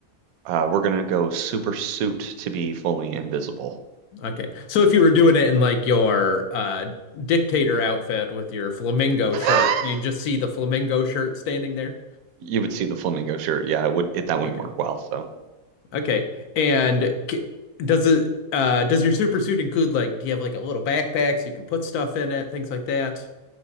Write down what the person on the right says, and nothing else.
Uh, we're gonna go super suit to be fully invisible.
<laughs>
You would see the flamingo shirt. Yeah, it would it, that wouldn't
work well. So